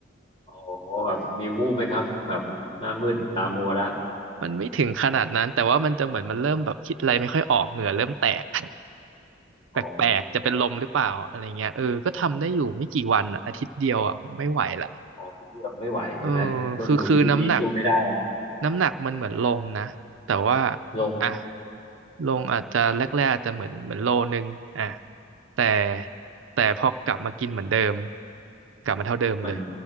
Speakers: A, on the left; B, on the right.
A: โอ้แบบมีวูบไหมครับแบบหน้ามืดตามัวละ
B: <laughs> มันไม่ถึงขนาดนั้นแต่ว่ามันจะเหมือนมันเริ่มแบบคิดอะไรไม่ค่อยออกเหงื่อเริ่มแตก <laughs> แปลกๆจะเป็นลมหรือเปล่าอะไรเงี้ยเออก็ทำได้อยู่ไม่กี่วันอ่ะอาทิตย์เดียวอ่ะไม่ไหวละ
A: อ๋อ อ๋อพี่เดียวไม่ไหวใช่ไหมก็คือวิธีนี้สู้ไม่ได้
B: เออคือคือน้ำหนัก น้ำหนักมันเหมือนลงนะแต่ว่า
A: โลก
B: อ่ะลงอาจจะแรกๆอาจจะเหมือนเหมือนโลนึงอ่ะแต่แต่พอกลับมากินเหมือนเดิมกลับมาเท่าเดิมเลย
A: มัน